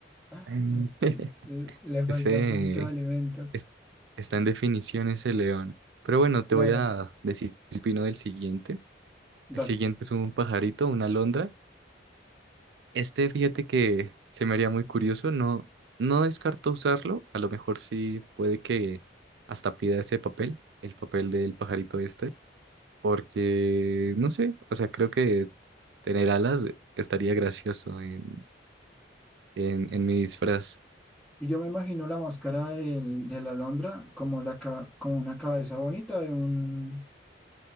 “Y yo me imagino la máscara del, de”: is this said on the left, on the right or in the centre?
Centre